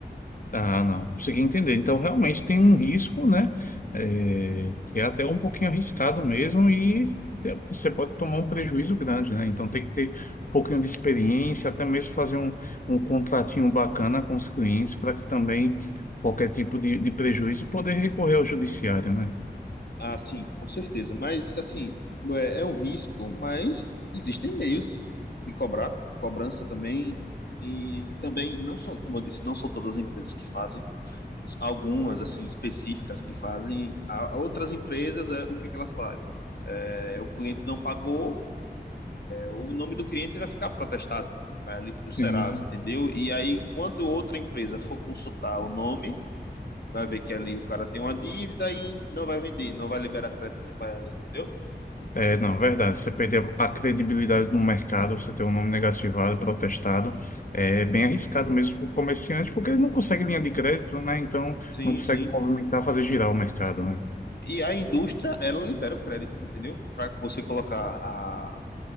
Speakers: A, on the left (about 50°); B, on the left (about 65°).
A: Ah, não. Consegui entender. Então, realmente tem um risco, né? É, que é até um pouquinho arriscado mesmo e é, você pode tomar um prejuízo grande, né? Então, tem que ter um pouquinho de experiência, até mesmo fazer um, um contratinho bacana com os clientes para que também qualquer tipo de, de prejuízo poder recorrer ao judiciário, né?
B: Ah, sim, com certeza. Mas, assim, é, é um risco, mas existem meios de cobrar, de cobrança também. E, também, não são, como eu disse, não são todas as empresas que fazem. Algumas, assim, específicas que fazem. Há outras empresas, é, o que é que elas fazem? É, o cliente não pagou, o nome do cliente vai ficar protestado, vai ali para o Serasa,
A: Sim.
B: entendeu? E aí, quando outra empresa for consultar o nome, vai ver que ali o cara tem uma dívida e não vai vender, não vai liberar crédito para ela, entendeu?
A: É, não, verdade. Você perder a credibilidade no mercado, você ter um nome negativado, protestado, é bem arriscado mesmo para o comerciante, porque ele não consegue linha de crédito, né? Então,
B: Sim,
A: não consegue
B: sim.
A: movimentar, fazer girar o mercado, né?
B: E a indústria, ela libera o crédito, entendeu? Para você colocar a,